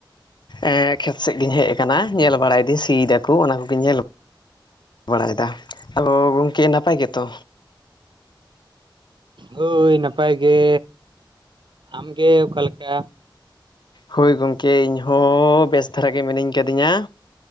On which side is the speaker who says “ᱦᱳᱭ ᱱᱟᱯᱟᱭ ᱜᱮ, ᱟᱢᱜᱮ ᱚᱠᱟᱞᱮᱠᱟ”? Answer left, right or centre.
Right